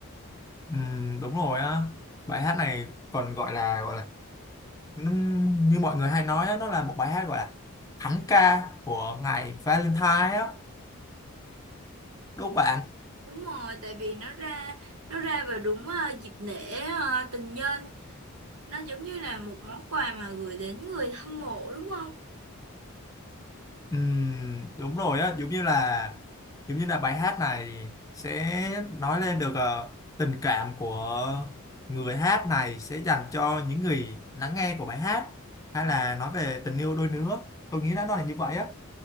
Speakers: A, on the left (about 15°); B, on the right (about 85°).
A: Ừm, đúng rồi á. Bài hát này còn gọi là gọi là nó- như mọi người hay nói á, nó là một bài hát gọi là thánh ca của ngày Valentine á. Đúng không bạn?
B: Đúng rồi, tại vì nó ra nó ra vào đúng à, dịp lễ à, tình nhân nó giống như là một món quà mà gửi đến người hâm mộ đúng không?
A: Ừm, đúng rồi á giống như là giống như là bài hát này sẽ nói lên được ờ, tình cảm của người hát này sẽ dành cho những người lắng nghe của bài hát hay là nói về tình yêu đôi lứa tôi nghĩ là nó là như vậy á